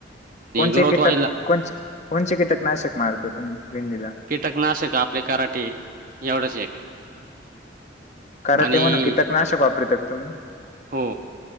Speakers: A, on the left; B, on the right.
A: कोणचे
B: ग्रोथ
A: कीटक-
B: व्हायला
A: कोणचे- कोणचे कीटकनाशक मारता तुमही भेंडीला?
B: कीटकनाशक आपले कराटे एवढंच एक.
A: काराटे
B: आणि
A: म्हणून कीटक नाशक वापरतात तुम्ही?
B: हो